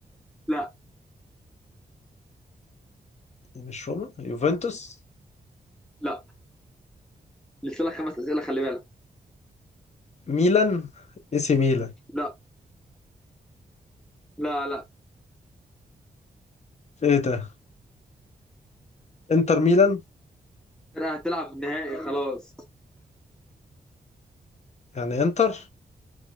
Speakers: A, in the centre; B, on the left.
A: لا
B: إيه، مش روما يوفنتوس
A: لا لسه لك خمس اسئلة خلي بالك
B: ميلان اي سي ميلان
A: لا لا لا
B: ايه ده انتر ميلان
A: أنا هتلعب نهائي خلاص
B: يعني انتر